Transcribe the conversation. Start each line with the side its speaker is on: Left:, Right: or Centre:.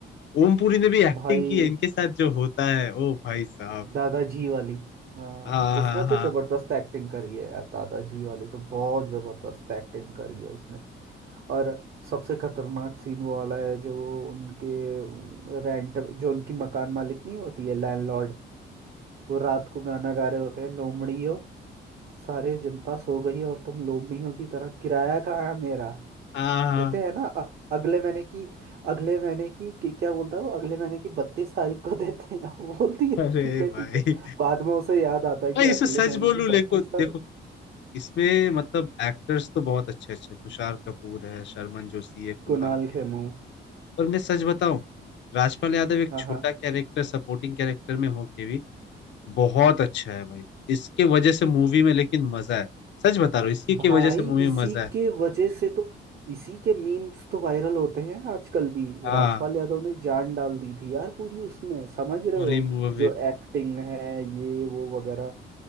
Left: ओमपुरी ने भी एक्टिंग
Right: भाई
Left: की है इनके साथ जो होता है ओ भाई साहब
Right: दादाजी वाली हाँ
Left: हाँ
Right: उसने
Left: हाँ हाँ
Right: तो जबरदस्त एक्टिंग करी है यार दादाजी वाली तो बहुत जबरदस्त एक्टिंग करी है उसने और सबसे खतरनाक सीन वो वाला है जो उनके रेंट जो उनकी मकान मालिक नहीं होती है लैंडलॉर्ड वो रात को गाना गा रहे होते हैं लोमड़ियो सारी जनता सो गई और तुम लोभियों की तरह किराया कहाँ है मेरा
Left: हाँ हाँ।
Right: देते हैं ना अ- अगले महीने की अगले महीने की कि- क्या बोलता है वो अगले महीने की बत्तीस तारीख को देते हैं <laughs> वो बोलती है
Left: अरे
Right: ठीक है
Left: भाई
Right: ठीक है बाद में उसे याद आता है कि
Left: भाई इसमें
Right: अगले
Left: सच
Right: महीने
Left: बोलूं
Right: की
Left: देखो
Right: बत्तीस
Left: देखो
Right: तारीख
Left: इसमें मतलब एक्टर्स तो बहुत अच्छे अच्छे तुषार कपूर है शर्मन जोशी है कुणाल
Right: कुणाल
Left: खेमू
Right: खेमू
Left: और मैं सच बताऊं राजपाल यादव एक
Right: हाँ
Left: छोटा
Right: हाँ
Left: कैरेक्टर सपोर्टिंग कैरेक्टर में होके भी बहुत अच्छा है भाई इसके वजह से मूवी में लेकिन मजा है सच बता रहा हूँ इसी की
Right: भाई
Left: वजह से मूवी
Right: इसी
Left: में मजा है
Right: के वजह से तो इसी के मीम्स तो वायरल होते हैं आजकल भी
Left: हाँ
Right: राजपाल यादव ने जान डाल दी थी यार पूरी उसमें समझ रहे
Left: पूरी
Right: हो
Left: मूवी
Right: जो
Left: पे
Right: एक्टिंग है ये वो वगैरह